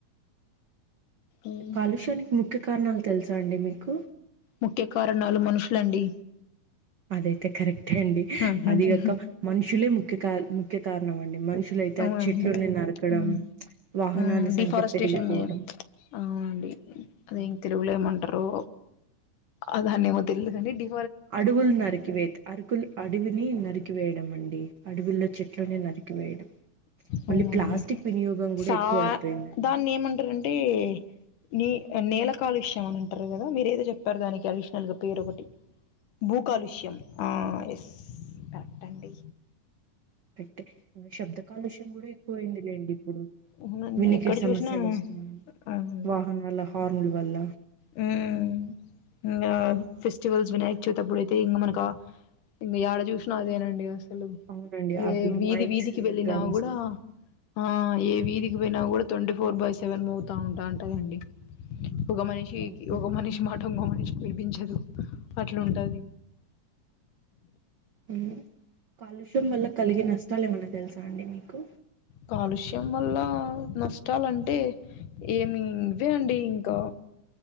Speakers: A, on the left; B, on the right.
A: మ్మ్
B: కాలుష్యానికి ముఖ్య కారణాలు తెల్సా అండి మీకు?
A: ముఖ్య కారణాలు మనుషులండి
B: అదైతే కరెక్టే అండి
A: హ్మ్, హ్మ్,
B: అది గాక
A: హ్మ్.
B: మనుషులే ముఖ్యకారణ ముఖ్య కారణం అండి మనుషులైతే
A: అవునండి
B: ఆ చెట్లుని నరకడం,
A: మ్మ్
B: వాహనాల
A: మ్మ్
B: సంఖ్య
A: డిఫారెస్టేషన్
B: పెరిగిపోవడం.
A: చే- అవునండి అదెం
B: ఆ,
A: తెలుగులు ఏమంటారో అ దాన్న ఏమో తెలిదు కాని డి
B: అడవులు నరికివేత అరుకుల్ అడివిని నరికివేయడం అండి. అడవిల్లో చెట్లని నరికివేయడం. మళ్ళీ
A: అవునంన్నే
B: ప్లాస్టిక్ వినియోగం కూడా
A: సా
B: ఎక్కువ అయిపోయిందండి
A: దాన్ని ఏమంటారంటే నీ నేల కాలుష్యం అని అంటారు కదా. మీర ఏదో చెప్పారు దానికి అడిషనల్ గా పేరు ఒకటి భూ కాలుష్యం ఆ‌ ఎస్ కరెక్ట్ అండి.
B: అంటే శబ్ద కాలుష్యం కూడా ఎక్కువ అయిందిలేండి. ఇప్పుడు
A: అవునండి
B: వినికిడి
A: ఎక్కడ
B: సమస్యలు
A: చూసినా
B: వస్తున్నాయి
A: అవునండి
B: వాహనాల హార్న్ల వల్ల
A: ఉమ్ ను ఫెస్టివల్స్ వినాయకచవితప్పుడయితే ఇంగ మనక ఇంగ యాడ చూశినా అదేనండి అస లు
B: అవునండి అవి
A: ఏ వీధి
B: మైక్స్
A: వీధికి వెళ్ళినా
B: డ్రమ్స్
A: కూడా ఆ ఎ వీధికి పోయినా కూడా ట్వంటీ ఫోర్ బై సెవెన్ మోగుతా ఉంటా అంటయండి. ఒక మనిషి
B: అవును.
A: ఒక మనిషి మాట ఇంగో మనిషి వినిపించదు అట్లుంటది.
B: ఉమ్ కాలుష్యం వల్ల కలిగే నష్టాలు ఏమన్నా తెలుసా అండి మీకు?
A: కాలుష్యం వల్లా నష్టాలంటే ఏమి ఇవే అండి ఇంకా